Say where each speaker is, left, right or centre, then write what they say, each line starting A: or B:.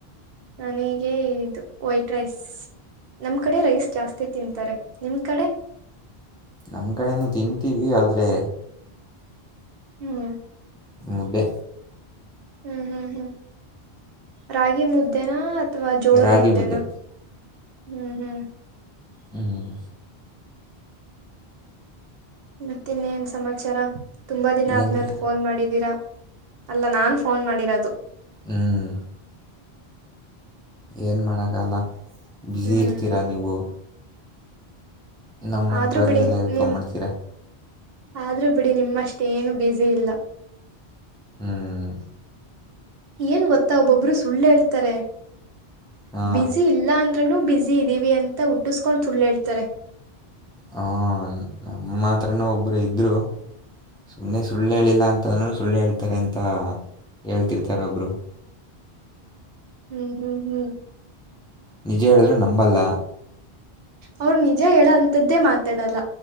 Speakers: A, on the right; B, in the centre.
A: ನನಗೆ ಇದು ವೈಟ್ ರೈಸ್ ನಮ್ ಕಡೆ ರೈಸ್ ಜಾಸ್ತಿ ತಿಂತಾರೆ ನಿಮ್ ಕಡೆ
B: ನಮ್ ಕಡೆೇನು ತಿಂತೀವಿ ಆದ್ರೆ
A: ಹ್ಮ್
B: ಮುದ್ದೆ
A: ಹ್ಮ್ ಹ್ಮ್ ಹ್ಮ್ ರಾಗಿ ಮುದ್ದೇನಾ ಅ ಅಥವಾ ಜೋಳದ್
B: ರಾಗಿ
A: ಮುದ್ದೆನ
B: ಮುದ್ದೆ
A: ಹ್ಮ್ ಹ್ಮ್
B: ಹ್ಮ್
A: ಮತ್ತ ಇನ್ನೇನ್ ಸಮಾಚಾರ ತುಂಬಾ ದಿನ ಆದ್ಮೇಲೆ
B: ಏನಿಲ್ಲ
A: ಫೋನ್ ಮಾಡಿದೀರಾ ಅಲ್ಲ ನಾನ್ ಫೋನ್ ಮಾಡಿರೋದು
B: ಹ್ಮ್ ಏನ್ ಮಾಡಕಾಗಲ್ಲ ಬ್ಯುಸಿ
A: ಹ್ಮ್
B: ಇರ್ತೀರಾ ನೀವು ನಮ್ಮಂತವ್ರಿಗೆಲ್ಲಾ
A: ಆದ್ರೂ ಬಿಡಿ
B: ಎಲ್ಲಾ ಎಲ್ಲಿ
A: ನಿಮ್
B: ಫೋನ್ ಮಾಡ್ತೀರಾ
A: ಆದ್ರೂ ಬಿಡಿ ನಿಮ್ಮಷ್ಟೇ ಏನು ಬಿಜಿ ಇಲ್ಲ <inaudible>
B: ಹ್ಮ್
A: ಏನ್, ಗೊತ್ತಾ ಒಬ್ಬೊಬ್ರು, ಸುಳ್ಳೇ ಹೇಳ್ತಾರೆ. <inaudible>
B: ಹಾ
A: ಬಿಸಿ, ಇಲ್ಲ ಅಂದ್ರೆ. <inaudible> ಅವನು, ಬಿಸಿ, ಇದ್ದೀವಿ ಅಂತ ಹುಟ್ಟಿಸ್ಕೊಂಡ್, ಸುಳ್ಳು, ಹೇಳ್ತಾರೆ. <inaudible>
B: ಹ್ಮ, ನಮ್ಮ, ಆತ್ರನೇ, ಒಬ್ಬರು. <inaudible> ಇದರು, ಸುಮ್ಮನೆ ಸುಳ್ಳು ಹೇಳಿಲ್ಲ, ಅಂತ ಸುಳ್ಳು ಹೇಳ್ತಾ, ಇರುತಾ ಹೇಳ್ತಿರ್ತಾರೆ, ಒಬ್ರು. <unintelligible>
A: ಹ್ಮ್ ಹ್ಮ್ ಹ್ಮ್
B: ನಿಜ ಹೇಳಿದ್ರು ನಂಬಲ್ಲ
A: ಅವ್ರ ನಿಜ ಹೇಳ ಅಂತದ್ದೇ ಮಾತಾಡಲ್ಲ